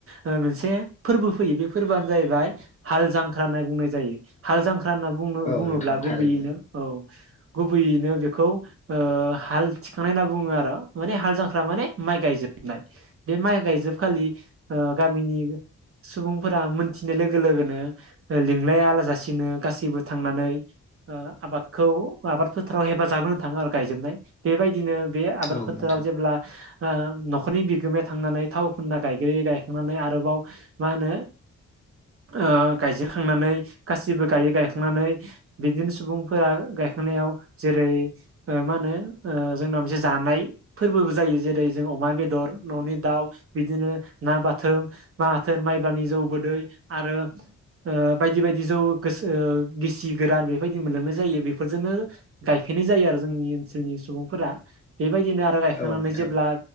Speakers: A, on the right; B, on the left.
A: ओ मोनसे फोर्बो फैयो बे फोर्बोआनो जाहैबाय हाल जांख्रा होनना बुंनाय जायो हाल जांख्रा होनना बुङो-बुङोब्ला
B: औ औ नोंथां
A: गुबैयैनो
B: थारैनो
A: औ। गुबैयैनो बेखौ ओ हाल थिखांनाय होनना बुङो आरो माने हाल जांख्रा माने माइ गायजोबनाय बे माइ गायजोबखालि ओ गामिनि सुबुंफोरा मोनथिनाय लोगो लोगोनो लिंलाया जासिनो गासैबो थांनानै ओ आबादखौ आबाद फोथाराव हेफाजाब होनो थाङो आरो गायजोबनाय बेबायदिनो बे आबाद
B: औ
A: फोथाराव
B: नोंथां
A: जेब्ला ओ न'खरनि बिगोमाया थांनानै थाव फुनना गायग्रोै गायखांनानै आरोबाव मा होनो ओ गायजेरखांनानै गासिबो गायै गायखांनानै बिदिनो सुबुंफोरा गायखांनायाव जेरै मा होनो ओ जोंना मोनसे जानाय फोरबोबो जायो जेरै जों अमा बेदर न'नि दाउ बिदिनो ना बाथोन माथोन माइबानि जौ गोदै आरो ओ बायदि बायदि जौ गोसो ओ गिसि गोरान बेबायदि मोनलोंनाय जायो बेफोरजोंनो गायफैनाय जायो आरो जोंनि ओनसोलनि सुबुंफोरा बे बेबायदिनो आरो गायखांनानै
B: औ नोंथां
A: जेब्ला